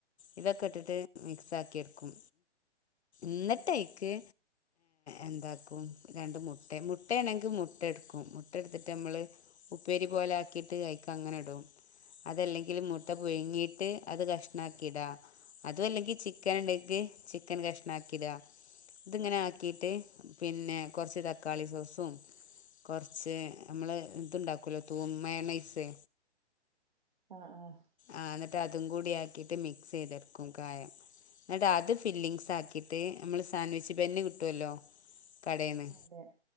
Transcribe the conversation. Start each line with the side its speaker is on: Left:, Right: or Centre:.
Left: ഇതൊക്കെ ഇട്ടിട്ട് മിക്സ് ആക്കി എടുക്കും ന്നിട്ടൈക്ക് എന്താക്കും രണ്ട് മുട്ട മുട്ടയാണെങ്കിൽ മുട്ട എടുക്കും ഇട്ടെടുത്തിട്ട് നമ്മള് ഉപ്പേരി പോലെ ആക്കിയിട്ട് അയിക്ക് അങ്ങനെ ഇടും അതല്ലെങ്കിൽ മുട്ട പുഴുങ്ങിട്ട് അത് കഷ്ണം അക്കിടാം അതും അല്ലെങ്കി ചിക്കൻ ഉണ്ടക്ക് ചിക്കൻ കഷ്ണം ആക്കി ഇടാം ഇതി ഇങ്ങനെ ആക്കിട്ട് പിന്നെ കൊറച്ച് തക്കാളി സോസും കുറച്ച് പക്ഷേ നമ്മള് ഇതുണ്ടാക്കല്ലോ തൂ മയേനൈസ്
Right: ആഹ് ആഹ്
Left: ആ എന്നിട്ട് അതും കൂടി ആക്കിട്ട് മിക്സ് ചെയ്തെടുക്കും കായം എന്നട്ടാ അത് ഫില്ലിങ്ങ്സ് ആക്കിയിട്ട് നമ്മൾ സാൻഡ്വിച്ച് ബെന്നെ കിട്ടുമല്ലോ കടേന്ന്
Right: അതെ